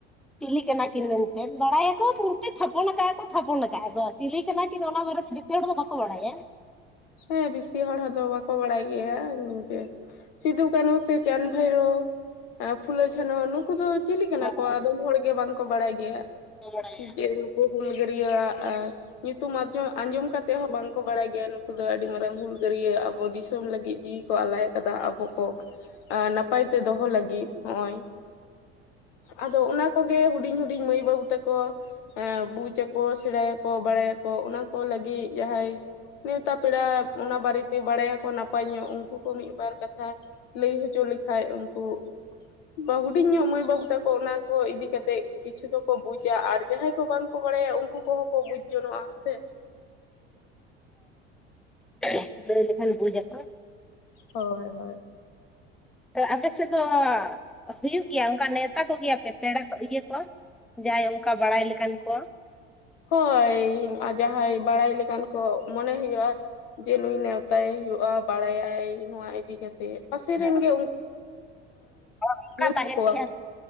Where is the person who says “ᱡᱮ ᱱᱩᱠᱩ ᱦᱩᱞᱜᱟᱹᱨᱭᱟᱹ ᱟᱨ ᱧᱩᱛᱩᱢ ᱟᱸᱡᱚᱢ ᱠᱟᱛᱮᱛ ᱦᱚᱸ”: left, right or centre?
Left